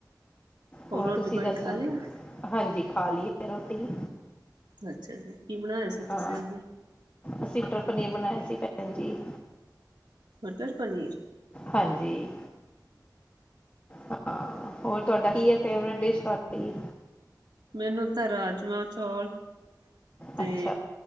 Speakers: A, on the left; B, on the right.
A: ਹੋਰ
B: ਰੋਟੀ
A: ਤੁਸੀਂ
B: ਪਾਣੀ
A: ਦੱਸੋ
B: ਖਾ ਲਿਆ
A: ਹਾਂਜੀ ਖਾ ਲਈ ਰੋਟੀ।
B: ਅੱਛਾ ਜੀ। ਕੀ ਬਣਾਇਆ ਸੀ
A: ਹਾਂ
B: ਤੁਸੀਂ ਅੱਜ?
A: ਅਸੀਂ ਮਟਰ-ਪਨੀਰ ਬਣਾਇਆ ਸੀ ਭੈਣ ਜੀ।
B: ਮਟਰ-ਪਨੀਰ।
A: ਹਾਂਜੀ। ਹਾਂ। ਹੋਰ ਤੁਹਾਡਾ ਕੀ ਏ ਫੇਵਰੇਟ ਡਿਸ਼ ਤੁਹਾਡੀ?
B: ਮੈਨੂੰ ਤਾਂ ਰਾਜਮਾਂ-ਚੌਲ ਤੇ
A: ਅੱਛਾ